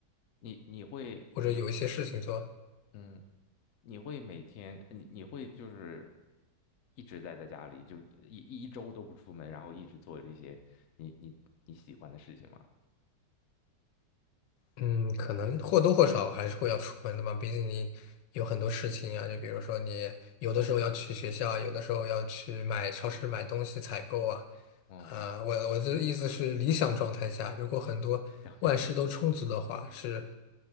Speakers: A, on the left; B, on the left.
A: 你你会你
B: 或者有一些事情做。
A: 嗯，你会每天你你会就是一直待在家里，就一一一周都不出门，然后一直做这些你你你喜欢的事情吗？
B: 嗯，可能或多或少还是会要出门的嘛，毕竟你有很多事情啊，就比如说你有的时候要去学校啊有的时候要去买超市买东西采购啊，
A: 哦，
B: 啊，我我的意思是理想状态下，如果很多万事都充足的话，
A: 两周。
B: 是